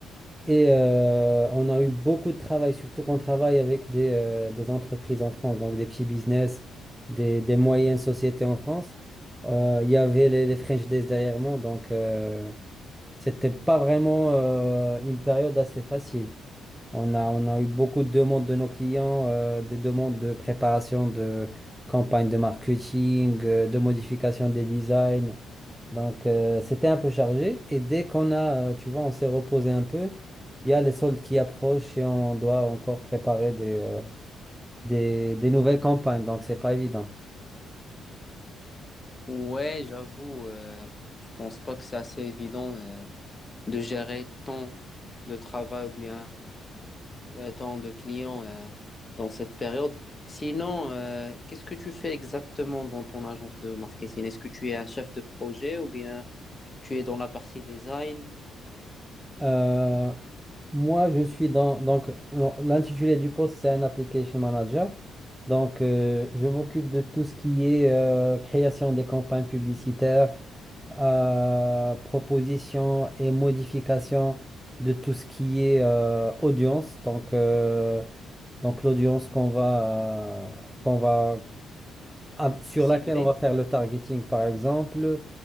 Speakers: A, in the centre; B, on the left.
A: Et euh, on a eu beaucoup de travail, surtout qu'on travaille avec des, euh, des entreprises en France, donc des petits business, des, des moyennes sociétés en France. Euh, Il y avait les, les French Days derrière moi, donc euh, c'était pas vraiment euh, une période assez facile. On a, on a eu beaucoup de demandes de nos clients, euh, des demandes de préparation de campagnes de marketing, euh, de modification des designs. Donc, euh, c'était un peu chargé. Et dès qu'on a, euh, tu vois, on s'est reposé un peu, il y a les soldes qui approchent et on doit encore préparer des, euh, des, des nouvelles campagnes. Donc, c'est pas évident.
B: Ouais, j'avoue, euh, je pense pas que c'est assez évident euh, de gérer tant de travail ou bien euh, tant de clients euh, dans cette période. Sinon, euh, qu'est-ce que tu fais exactement dans ton agence de marketing? Est-ce que tu es un chef de projet ou bien tu es dans la partie design
A: Euh, moi, je suis dans donc non, l'intitulé du poste, c'est un application manager. Donc, euh, je m'occupe de tout ce qui est euh, création des campagnes publicitaires, euh, proposition et modification de tout ce qui est euh, audience. Donc, euh, donc l'audience qu'on va euh, qu'on va av- sur
B: ciblée?
A: laquelle on va faire le targeting, par exemple.